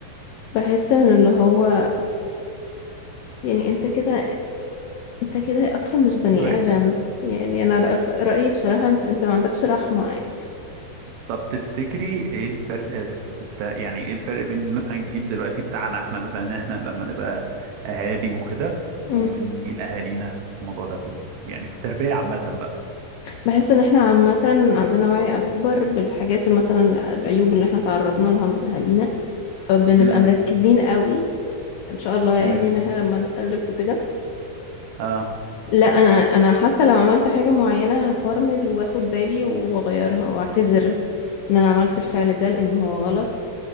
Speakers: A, on the left; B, on the right.
A: بحس ان اللي هو يعني انت كده انت كده اصلا مش بني
B: ده وحش
A: ادم يعني انا رأ- رأيي بصراحة انت انت ما عندكش رحمة يعني
B: طب تفتكري ايه الفرق في الت... يعني ايه الفرق بين مثلا الجيل دلوقتي بتاعنا احنا مثلا احنا لما نبقى اهالي وكده
A: مم.
B: ومن جيل اهالينا في الموضوع ده يعني في التربية عامة بقى
A: بحس ان احنا عامة عندنا وعي اكبر بالحاجات مثلا العيوب اللي احنا تعرضنا لها من اهالينا فبنبقى
B: امم
A: مركزين قوي ان شاء الله يعني
B: امم
A: ان احنا لما نخلف وكده
B: اه
A: لا انا انا حتى لو عملت حاجة معينة هفرمل واخد بالي واغيرها واعتذر ان انا عملت الفعل ده لان هو غلط